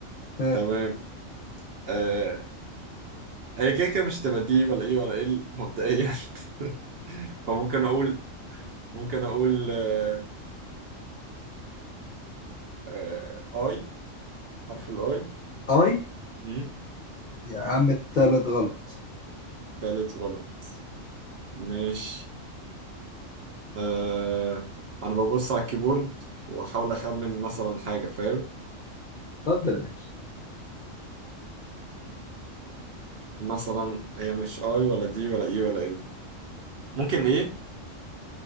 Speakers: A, on the left; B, on the right.
A: ها
B: تمام آه هي كده كده مش تبقى دي ولا ايه ولا ايه مبدئيا <laughs> فممكن اقول ممكن اقول آه آه اي حرف الاي
A: اي
B: مم.
A: يا عم التالت غلط
B: تالت غلط ماشي آه انا ببص على الكيبورد واحاول اخمن مثلا حاجه فاهم
A: اتفضل يا باشا
B: مثلا هي مش اي ولا دي ولا اي ولا ال ممكن ايه